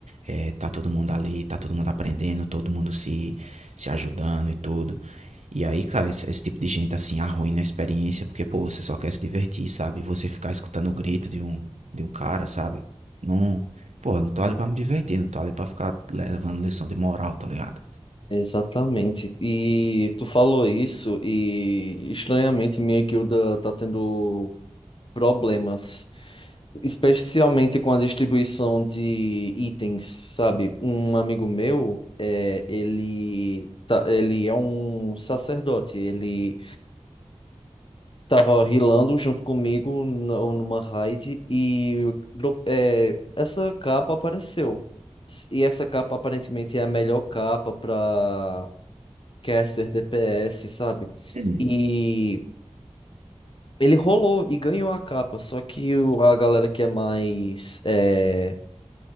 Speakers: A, on the right; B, on the left.
A: é, tá todo mundo ali, tá todo mundo aprendendo, todo mundo se, se ajudando e tudo. E aí, cara, esse, esse tipo de gente assim arruina a experiência, porque, pô, você só quer se divertir, sabe? Você ficar escutando o grito de um, de um cara, sabe? Não. Pô, eu não tô ali pra me divertir, não tô ali pra ficar le- levando lição de moral, tá ligado?
B: Exatamente. E tu falou isso e estranhamente minha guilda tá tendo problemas, especialmente com a distribuição de itens, sabe? Um amigo meu, é, ele tá, ele é um sacerdote, ele tava rilando junto comigo nu- numa raid e dro- é, essa capa apareceu. E essa capa aparentemente é a melhor capa para caster, DPS, sabe?
A: Hum,
B: E ele rolou e ganhou a capa, só que o- a galera que é mais é,